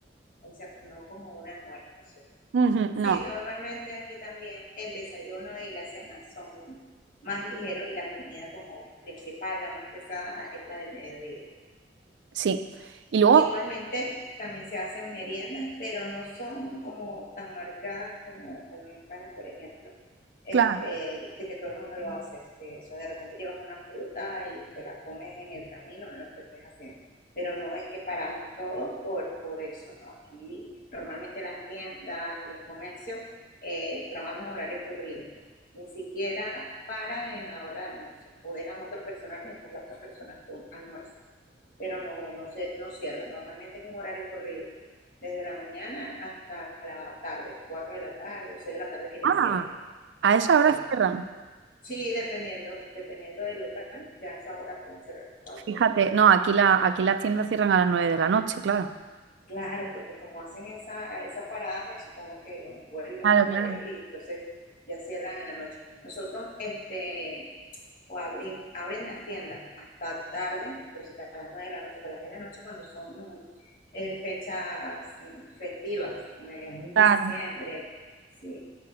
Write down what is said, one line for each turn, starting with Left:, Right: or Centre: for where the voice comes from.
Left: o sea, no como un almuerzo.
Right: Ujú,
Left: Sí,
Right: no,
Left: normalmente aquí también el desayuno y la cena son más ligeros y la comida como principal, la más pesada, es la del mediodía.
Right: sí. Y luego,
Left: Igualmente, también se hacen meriendas, pero no son como tan marcadas como, como en España, por ejemplo, este,
Right: claro,
Left: de que todo el mundo lo hace. Este, eso de repente llevas una fruta y te la comes en el camino, en lo que estés haciendo. Pero no es que paramos todo por, por eso, ¿no? Aquí normalmente las tiendas, los comercios eh, trabajan horario corrido. Ni siquiera paran en la hora de almuerzo o dejan a otra persona mientras la otra persona almuerza pero no, no, se, no cierra. Normalmente es un horario corrido, desde la mañana hasta la tarde, 4 de la tarde o 6 de la tarde que ya
Right: ah,
Left: cierra.
Right: a esa hora
Left: Sí,
Right: cierran.
Left: sí dependiendo, dependiendo del local, ya a esa hora pueden cerrar cuatro
Right: Fíjate, no, aquí la, aquí las tiendas cierran a las 9 de la noche, claro.
Left: Claro, porque como hacen esa, esa parada, me supongo que bueno, vuelven
Right: Claro,
Left: otra
Right: claro.
Left: vez y entonces ya cierran en la noche. Nosotros este, o abrir, abren las tiendas hasta tarde, por si hasta las 9 de la noche, hasta las 10 de la noche, cuando son eh, fechas mm, festivas, en diciembre,
Right: Claro,
Left: sí.